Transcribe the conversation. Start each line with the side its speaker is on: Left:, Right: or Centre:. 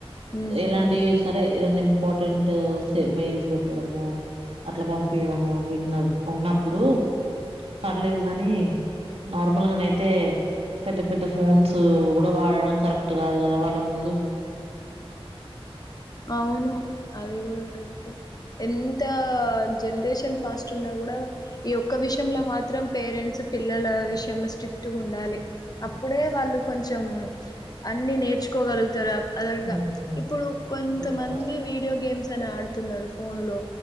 Left: ఉమ్
Right: ఎలాంటివి
Left: అవును
Right: సరే ఏదన్న ఇంపార్టెంట్సే మెయిల్స్ పెట్టడము. అట్ల పంపియడము విన్న ఉన్నప్పుడు పర్లేదు గాని నార్మల్గానైతే పెద్ద పెద్ద ఫోన్స్ కూడా వాడడం కరెక్ట్ కాదు కదా వాళ్ళ ముందు
Left: అవును అది గూడ గట్ ఎంత జనరేషన్ ఫాస్ట్ ఉన్నా కూడా ఈ ఒక్క విషయంలో మాత్రం పేరెంట్స్ పిల్లల విషయంలో స్ట్రిక్ట్ గుండాలి అప్పుడే వాళ్ళు కొంచెం అన్ని నేర్ చ్చుకోగలుగుతారు. అదేగా
Right: ఉమ్
Left: ఇప్పుడు కొంతమంది
Right: ఇది కూడా వాస్తవమే
Left: వీడియో గేమ్స్ అని ఆడుతున్నారు ఫోన్లో